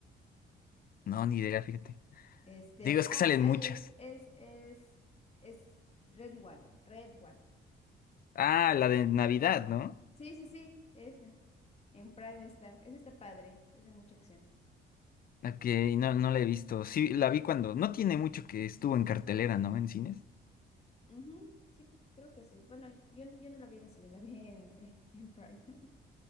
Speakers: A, on the left; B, on the left.
A: no, ni idea, fíjate.
B: Este,
A: Digo, es
B: ah,
A: que salen
B: ay,
A: muchas.
B: ay, es, es, es Red One, Red One.
A: Ah, la de Navidad, ¿no?
B: Sí, sí, sí, esa. En Prime está. Esa está padre, es de mucha acción.
A: Ok, no, no la he visto. Sí, la vi cuando. No tiene mucho que estuvo en cartelera, ¿no? En cines.
B: Ujú, Sí, creo que sí. Bueno, yo, no- yo no la vi en el cine, la vi en, <laughs> en Prime. <laughs>